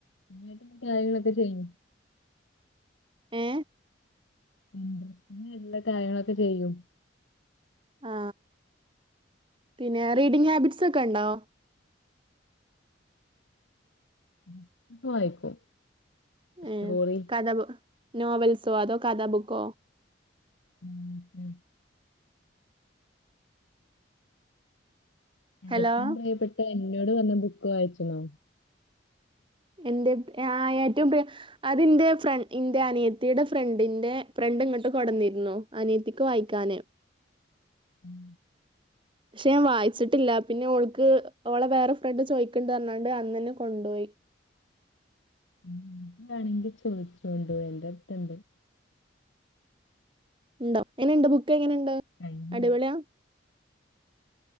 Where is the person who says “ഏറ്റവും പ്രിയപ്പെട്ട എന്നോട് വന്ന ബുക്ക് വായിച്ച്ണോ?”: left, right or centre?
Left